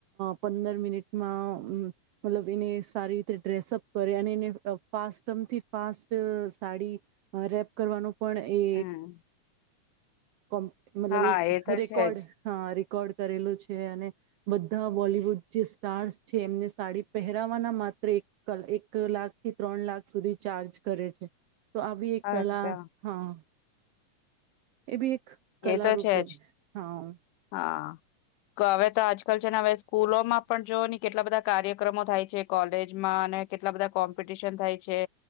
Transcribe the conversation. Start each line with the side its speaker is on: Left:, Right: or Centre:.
Right: પંદર મિનિટમાં મતલબ એને સારી રીતે ડ્રેસઅપ કરે અને એને ફાસમથી ફાસ્ટ સાડી રેપ કરવાનું પણ એ
Left: હમ.
Right: કો્ મતલબ
Left: હા તો
Right: એ રેકોર્ડ
Left: છે જ
Right: હા રેકોર્ડ કરેલું છે અને બધા બોલિવુડ જે સ્ટાર્સ છે એમને સાડી પહેરાવાના માત્ર એક એક લાખથી ત્રણ લાખ સુધી ચાર્જ કરે છે. તો આવી એક
Left: અચ્છા
Right: કળા હા. એવી એક કલા
Left: એ તો
Right: રૂપે
Left: છે જ,
Right: હા
Left: હા. હવે તો આજકાલ છે ને હવે સ્કૂલોમાં પણ જોઓ કેટલા બધા કાર્યક્રમો થાય છે કોલેજમાં અને કેટલા બધા કોમ્પિટિશન થાય છે,